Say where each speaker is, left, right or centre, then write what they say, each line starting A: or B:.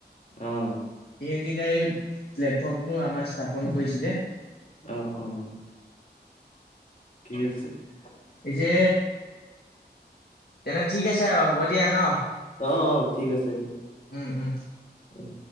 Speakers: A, on the left; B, on the left.
A: অ',।
B: এই তিনিটাইয়ে এই প্লেটফৰ্ম আমাৰ স্থাপন কৰিছিলে।
A: অ', অ',। কছে <unintelligible>
B: এই যে। তেনে ঠিক আছে আৰু হ'ব দিয়া ন।
A: অ', অ', ঠিক আছে দিয়া।
B: উম উম,।
A: উম।